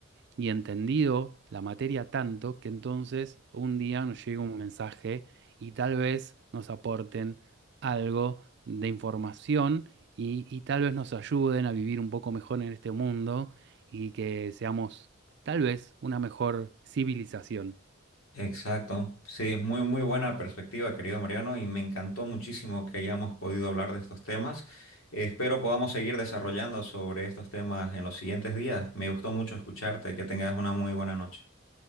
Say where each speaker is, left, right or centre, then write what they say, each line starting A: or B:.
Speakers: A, on the right; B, on the left.
A: y entendido la materia tanto que entonces un día nos llegue un mensaje y tal vez nos aporten algo de información y, y tal vez nos ayuden a vivir un poco mejor en este mundo y que seamos tal vez una mejor civilización.
B: Exacto. Sí, muy, muy buena perspectiva, querido Mariano, y me encantó muchísimo que hayamos podido hablar de estos temas. Eh, espero podamos seguir desarrollando sobre estos temas en los siguientes días. Me gustó mucho escucharte. Que tengas una muy buena noche.